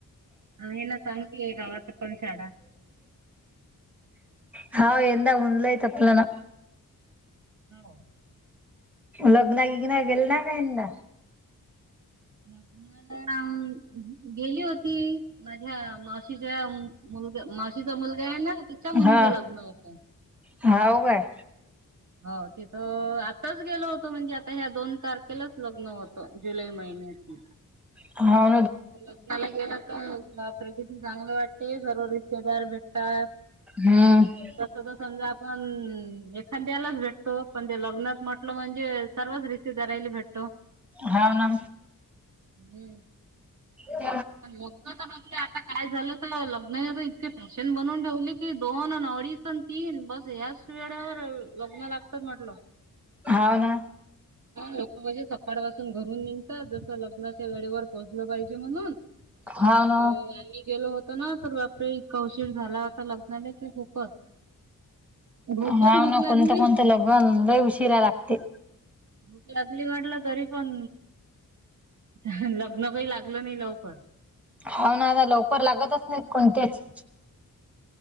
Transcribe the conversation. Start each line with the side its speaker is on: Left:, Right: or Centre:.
Right: अ हे ना सांगते गावा तर पण शाडा
Centre: हा यंदा उनलाय तपलं ना
Right: हो
Centre: लग्नागिग्न गेल ना कायंद
Right: ् गेली होती माझ्याशी ज्या मुलगा माशीचा मुलगा आहे ना तिच्या मुलीच
Centre: हा
Right: लग्न होतं
Centre: हाव काय
Right: हो ते तर आताच गेलो होतो म्हणजे आता ह्या दोन तारख लंच लग्न होतं जुलै महिन्याची
Centre: हा
Right: लगनाला गेला तर प्रगिती चांगली वाटते सर्व रिश्तेदार भेटतात
Centre: हम्म
Right: तस त समजा पण एखाद्यालाच भेटतो पण ते लग्नात म्हटलं म्हणजे सर्वच रिसी करायला भेटतो
Centre: हा ना
Right: हम्म
Centre: ह
Right: लग्न तर म्ह आता काय झालं तर लग्नने इतक फॅशन बनवून ठेवली दोन आणि अडीच आणि तीन बस याच वेळेवर लग्न लागत म्हटलं,
Centre: हाव ना
Right: लोक म्हणजे सकाळ पासून घरून निघतात जसं लग्नाच्या वेळेवर पोहचलं पाहिजे. म्हणून,
Centre: हाव ना
Right: तर आम्ही गेलो तर ना बापरे इतका उशीर झाला होता लग्नाला कि खूपच. भोकण
Centre: हाव
Right: भूक
Centre: ना
Right: लागली.
Centre: कोणतं कोणतं लग्न लय उशिरा लागतेय.
Right: भूक लागली म्हटलं तरी पण लग्न काही लागलं नाही लवकर.
Centre: हो ना आता लवकर लागतच नाही कोणतेच.